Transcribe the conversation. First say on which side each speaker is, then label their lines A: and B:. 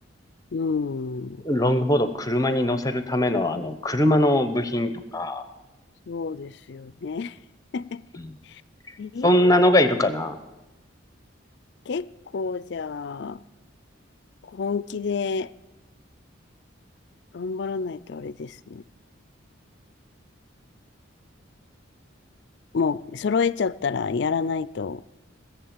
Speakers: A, on the left; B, on the left.
A: うん。
B: ロングボードを車に乗せるための、あの、車の部品とか、
A: そうですよね。<laughs>
B: うん
A: ええ
B: そんなのがいるかな。
A: 結構じゃあ、本気で頑張らないとあれですね。もう、揃えちゃったらやらないと、